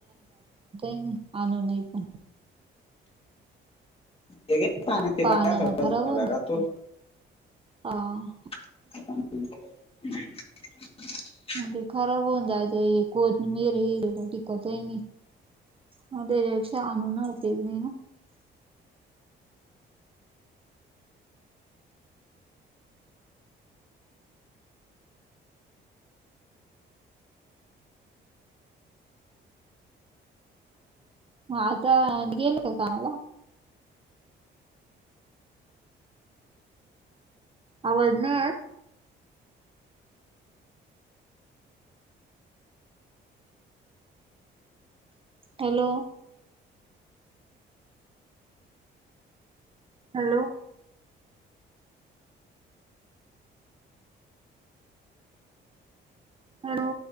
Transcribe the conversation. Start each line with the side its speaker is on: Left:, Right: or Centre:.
Right: <unintelligible> आणुनय पण.
Left: ते काय
Right: या
Left: पाण्यात ते
Right: पाण्याने
Left: बाहेर
Right: खराब होऊन जाईल
Left: राहतो
Right: की, हम्म.
Left: <inaudible>
Right: म ते खराब होऊन जायच एको कोथिंबीर मीर हेल तर टिकत आहे नाही. मग त्याच्यापेक्षा आणून उपयोग नही ना! मग आता गेली का कामाला? आवज नाही येत? हॅलो. हॅलो. हॅलो.